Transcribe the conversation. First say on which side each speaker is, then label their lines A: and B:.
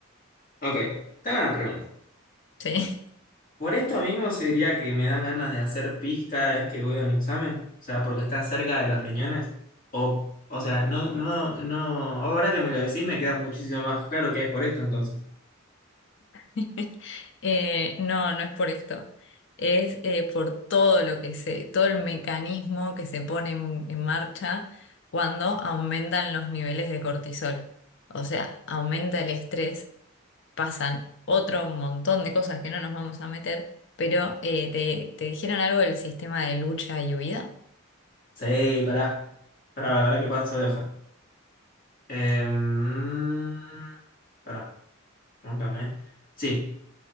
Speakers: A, on the left; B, on the left.
A: Ok, te hago una pregunta.
B: Sí.
A: Por esto mismo se diría que me dan ganas de hacer pis cada vez que voy a un examen, o sea, porque está cerca de los riñones. O, o sea, no, no, no, ahora que me lo decís me queda muchísimo más claro que es por esto entonces.
B: <laughs> Eh, no, no es por esto. Es eh, por todo lo que se, todo el mecanismo que se pone en, en marcha cuando aumentan los niveles de cortisol. O sea, aumenta el estrés, pasan otro montón de cosas que no nos vamos a meter, pero eh, te, te dijeron algo del sistema de lucha y huida.
A: Sí, pará, pará, pará, pará que pasó de hoja. Em, pará, móncame, eh. Sí,